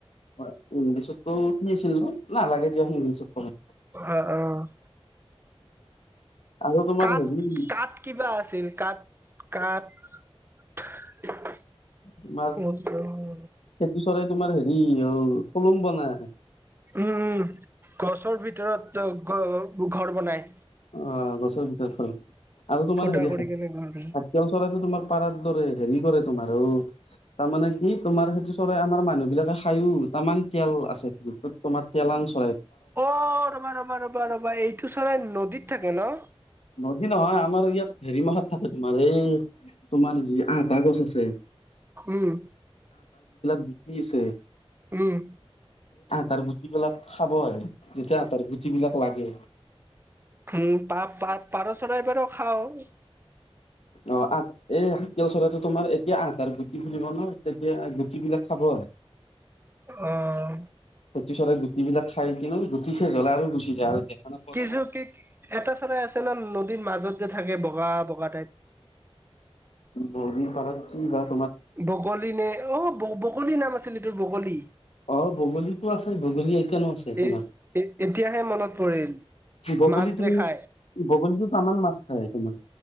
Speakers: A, on the left; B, on the right.
A: হয় ইংলিছতো <unintelligible> নাই নালাগে দিয়া ইিংলিছত পঢ়ি।
B: অ', অ',
A: আৰু তোমাৰ
B: কাত
A: হেৰি
B: কাত কিবা আছিল কাত কাত। <unintelligible>
A: তোমাৰ
B: <unintelligible>
A: সেইটো চৰাই তোমাৰ হেৰি অ, <unintelligible> বনাাই।
B: উম গছৰ ভিতৰতো ঘৰ বনাই।
A: অ গছৰ ভিৰতত ঘ আৰু তোমাৰ
B: ফুটা
A: হেৰি
B: কৰি
A: হাকিয়াল
B: কেনে ঘৰ বনাই।
A: চৰাইটো তোমাৰ পাৰাৰ দৰে। হেৰি কৰে তোমাৰ অ তাৰমানে কি তোমাৰ সেইটো চৰাই আমাৰ মানুহ বিলাকে খায়ো তাৰমানে তেল আছে তোমাৰ তেল আ
B: অ ৰ'বা ৰ'বা ৰ'বা ৰ'বা এইটো চৰাই নদীত থাকে ন?
A: নদী নহয় আমাৰ ইয়াত হেৰি মাখাত থাকে তোমাৰ এই তোমাৰ যি আটা গছ আছে।
B: উম।
A: কি হৈছে?
B: উম।
A: তাৰ গুটিবিলাক খাব আহে যেতিয়া আঠাৰ গুট বিলাক লাগে।
B: উম পা পা পাৰ চৰাইবাৰো খাওঁ।
A: অ', আ এই শাকেল চৰাইটো তোমাৰ এতিয়া আটাৰ গুটি খুলিব ন তেতিয়া গুটি বিলাক খাব।
B: অঁ,
A: ফেটি চৰাই গুটিবিলাক খাই কিনু গুটিছে জ্বলে আৰু গুচি যায় নাপাওঁ
B: কিছু
A: তোমাক
B: কি এটা চৰাাই আছে না নদীৰ মাজত যে থাকে বগা বগা টাইপ।
A: নদীৰ পাৰত, কিবা?
B: বগলী নে অ ব ব বগলি নাম আছিল সিটোৰ বগলী।
A: অ বগলীতো আছে বগলী। এতিয়ানো আছে তোমাৰ
B: এ এ এতিয়াহে মনত পৰে
A: বগলীতো
B: মাছ যে খাই
A: বগলীটোত আমাৰ মাছ খায় তোমাৰ